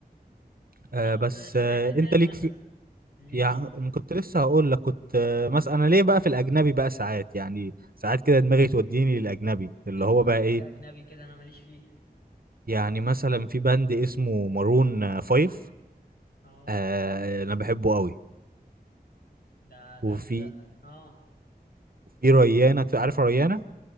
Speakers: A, on the right; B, on the left.
A: آه
B: طب
A: بس
B: سمعت
A: آه
B: ايه تاني
A: انت ليك
B: مثلا
A: في
B: لمين
A: يعني أنا كنت لسه هقول لك كنت آه مثلا انا ليه بقى في الاجنبي بقى ساعات يعني ساعات كده دماغي توديني للاجنبي اللي
B: اديني
A: هو بقى
B: حاجة
A: ايه
B: اجنبي كده انا ماليش فيه
A: يعني مثلا في باند اسمه مارون فايف
B: اه
A: آه انا بحبه قوي
B: ده
A: وفي
B: ده بيغ اه
A: في ريانة عارف ريانة